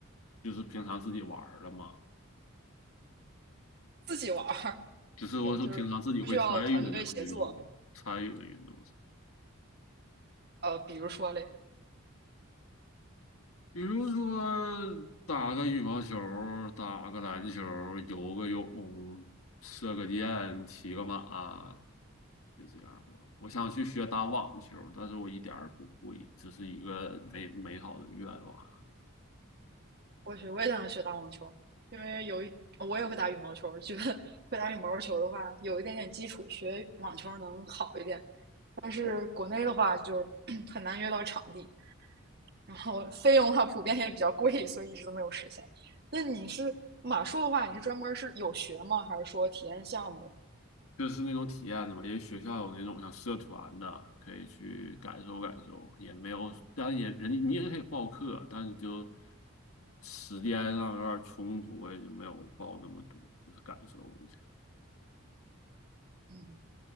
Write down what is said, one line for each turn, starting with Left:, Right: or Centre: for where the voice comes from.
Left: 就是平常自己玩儿的嘛，
Right: 自己玩儿，
Left: 就是我说平常自己会参与的这种运动，
Right: 什么？就是不需要团队协作。
Left: 参与的运动是，
Right: 呃，比如说嘞，
Left: 比如说打个羽毛球儿打个篮球儿游个泳，射个箭，骑个马，就这样儿吧。我想去学打网球儿但是我一点儿不会，只是一个美美好的愿望。
Right: 我去，我也想学打网球，因为有一我也会打羽毛球，觉得会打羽毛球的话，有一点点基础，学网球能好一点。但是国内的话，就 <clears throat> 很难约到场地，然后费用的话普遍也比较贵，所以一直都没有实现。那你是马术的话，你是专门是有学吗？还是说体验项目？
Left: 就是那种体验的嘛，因为学校有那种像社团的，可以去感受感受，也没有，当然也人家你也可以报课，但是就时间上有点冲突，我也就没有报那么多，就是感受一下。
Right: 嗯，